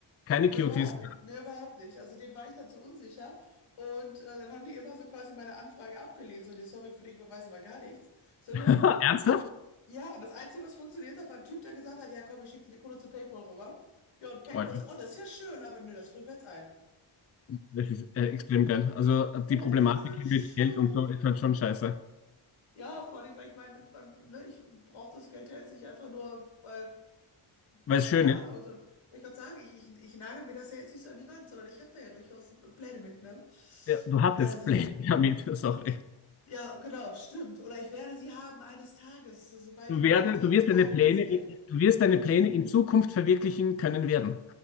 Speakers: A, on the left; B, on the left.
A: Keine
B: Ne,
A: Cuties.
B: überhaupt nicht. Ne, überhaupt nicht. Also den war ich dann so unsicher. Und äh, dann haben die immer so quasi meine Anfrage abgelehnt. So, nee, sorry, für dich beweisen wir gar nichts. Ich So,
A: <laughs>
B: no.
A: Ernsthaft?
B: Ja, und das Einzige, was funktioniert hat, war ein Typ, der gesagt hat, ja komm, ich schicke dir die Kohle zu PayPal rüber. Ja, und PayPal
A: Alter,
B: so, oh, das ist ja schön, aber nö, das frieren wir jetzt ein.
A: das ist äh, extrem geil. Also äh, die
B: Ey,
A: Problematik
B: ist ein Scheiß.
A: mit Geld und so ist halt schon scheiße.
B: Ja, vor allem, weil ich meine, man, ne, ich brauche das Geld ja jetzt nicht einfach nur, weil, weil
A: Weil es
B: keine
A: schön
B: Ahnung,
A: ist,
B: sondern, wollte ich gerade sagen, ich, ich, ich nagel mir das ja jetzt nicht so an die Wand, sondern ich habe da ja durchaus Pläne mit, ne?
A: ja, du hattest
B: Also.
A: Pläne damit, <laughs> sorry.
B: Ja, genau, stimmt. Oder ich werde sie haben eines Tages, so- sobald
A: Du,
B: in
A: werde,
B: 21
A: du, wirst
B: Tagen
A: deine Pläne,
B: dieses Geld.
A: du wirst
B: Mhm.
A: deine Pläne in Zukunft verwirklichen können werden.